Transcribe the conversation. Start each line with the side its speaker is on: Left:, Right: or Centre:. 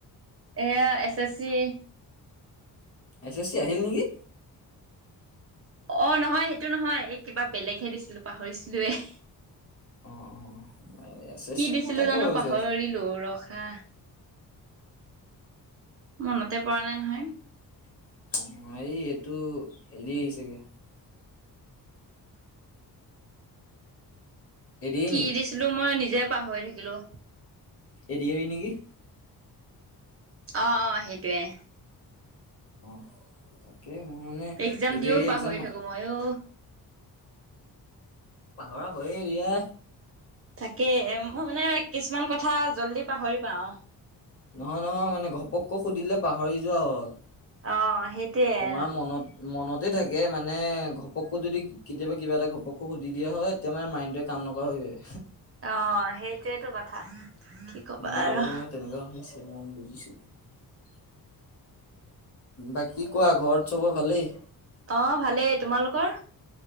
Right: এয়া S S C
Left: S A C আহিল নেকি?
Right: অ' নহয় সেইটো নহয় এই কিবা বেলেগহে দিছিলো পাহৰিছিলোৱেই।
Left: অ', অ', এছ এছ
Right: কি
Left: চি
Right: দিছিলো
Left: মই তাকে
Right: জানো
Left: ভাবিছো
Right: পাহৰিলো
Left: অ',
Right: ৰখা মনতে পৰা নাই নহয়।
Left: <inaudible> এৰি
Right: কি
Left: নেকি?
Right: দিছিলো মই নিজে পাহৰি থাকিলো।
Left: এৰিয়া হয় নেকি?
Right: অ', -অ'সেইটোৱে।
Left: <inaudible> মানে
Right: একজাম
Left: এডিআৰি
Right: দিও পাহৰি
Left: এক্সাম
Right: থাকো মইয়ো।
Left: পাহৰা হয়ে এতিয়া।
Right: তাকে মই মানে কিছুমান কথা জল্দি পাহৰি যাওঁ।
Left: নহয়, নহয় মানে ঘপককৈ সুধিলে পাহৰি যোৱা হয়।
Right: অ' সেইটয়ে
Left: তোমাৰ
Right: আৰু
Left: মনত মনতে থাকে মানে ঘপকো যদি কেতিয়াবা কিবা এটা ঘপকো সুধি দিয়া হয়, তেতিয়া মানে মাইণ্ডটে কাম এনেকুৱা হৈ যায়।
Right: অ' সেইটোৱেটো কথা কি কবা
Left: মোৰ
Right: আৰু
Left: লগতো মানে <unintelligible> বাকী কোৱা ঘৰত চবৰ ভালেই।
Right: আহ ভালেই, তোমালোকৰ